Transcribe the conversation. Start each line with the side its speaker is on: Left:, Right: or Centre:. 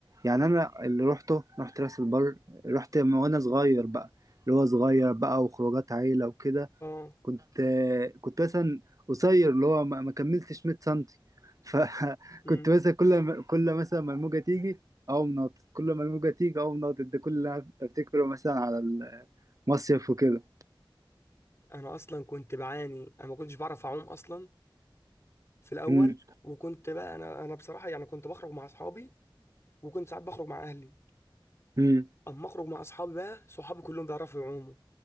Right: يعني انا اللي روحته رحت راس البر رحت من وانا صغير بقى اللي هو صغير بقى وخروجات عيلة وكده
Left: اه
Right: كنت كنت مثلا قصير اللي هو ما ما كملتش 100 سنتي فكنت
Left: امم
Right: <laughs> مثلا كل ما كل مثلا ما الموجه تيجي اقوم ناطط كل ما الموجه تيجي اقوم ناطط ده كل اللي أنا افتكره مثلا على المصيف وكده
Left: انا اصلا كنت بعاني انا ما كنتش بعرف اعوم اصلا في الاول
Right: امم
Left: وكنت بقى انا انا بصراحه يعني كنت بخرج مع اصحابي وكنت ساعات بخرج مع اهلي
Right: امم
Left: اما اخرج مع اصحابي بقى صحابي كلهم بيعرفوا يعوموا